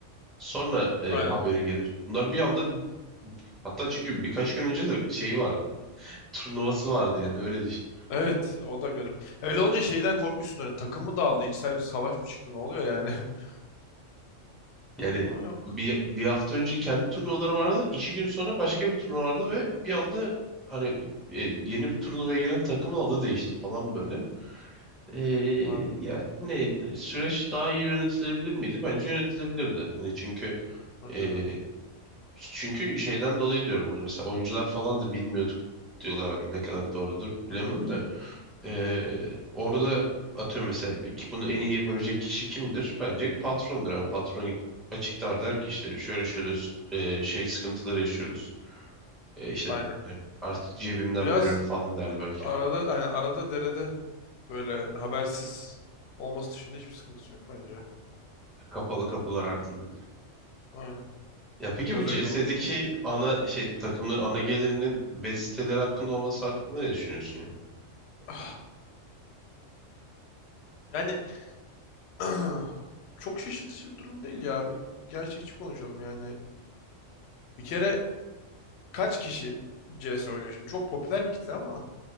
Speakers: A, in the centre; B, on the left (about 65°).
A: Sonra e,
B: Aynen.
A: haberi gelir. Bunlar bir anda hatta çünkü birkaç gün önce de şeyi vardı. Turnuvası vardı yani öyle düşün.
B: Evet, o da garip. Öyle olunca şeyden korkmuşsun hani takım mı dağıldı, içsel bir savaş mı çıktı, ne oluyor yani? <laughs>
A: Yani
B: Ama yok.
A: bir, bir hafta önce kendi turnuvaları vardı. iki gün sonra başka bir turnuva vardı ve bir anda hani e, yeni bir turnuvaya giren takımın adı değişti falan böyle. Ee,
B: Var bu.
A: ya ne süreç daha iyi yönetilebilir miydi? Bence yönetilebilirdi. Hani çünkü
B: Önceden.
A: e, çünkü şeyden dolayı diyorum bunu. Mesela oyuncular falan da bilmiyorduk diyorlar hani ne kadar doğrudur bilemem
B: Hı hı.
A: de. Ee, orada atıyorum mesela ki bunu en iyi yapabilecek kişi kimdir? Bence patrondur. Yani patron açıklar der ki işte şöyle şöyle e, şey sıkıntıları yaşıyoruz. E, işte
B: Aynen.
A: e, artık cebimden
B: Biraz
A: veriyorum falan derdi belki.
B: arada yani arada derede böyle habersiz olması dışında hiçbir sıkıntısı yok bence.
A: Kapalı kapılar ardında.
B: Aynen.
A: Ya peki
B: Biraz
A: bu CS'deki
B: öyle olmuş ama.
A: ana şey takımların ana gelirinin bet siteleri hakkında olması hakkında ne düşünüyorsun ya?
B: <sighs> Yani <clears throat> çok şaşırtıcı bir durum değil ya. Gerçekçi konuşalım yani. Bir kere kaç kişi C s oynuyor şimdi? Çok popüler bir kitle ama